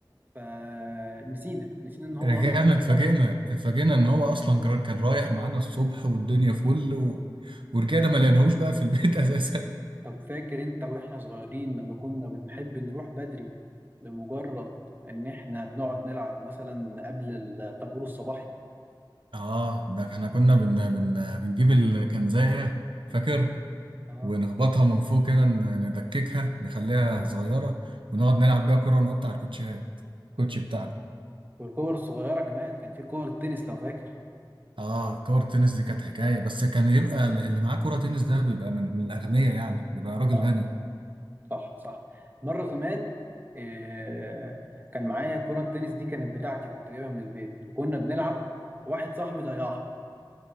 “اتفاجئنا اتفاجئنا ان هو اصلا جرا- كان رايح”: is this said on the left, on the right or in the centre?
Right